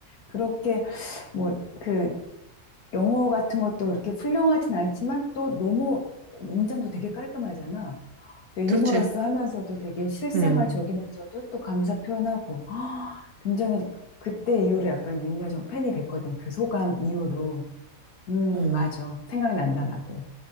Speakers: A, on the left; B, on the right.
A: 그렇게 뭐 그 영어 같은 것도 그렇게 훌륭하진 않지만 또 너무 문장도 되게 깔끔하잖아. 근데
B: 그렇지.
A: 유머러스 하면서도 되게 실생활적이면서도
B: 음.
A: 또 감사 표현하고. <gasps> 아, 굉장히 그때 이후로 약간 윤여정 팬이 됐거든. 그 소감 이후로. 음,
B: 음.
A: 맞아. 생각난다, 나도.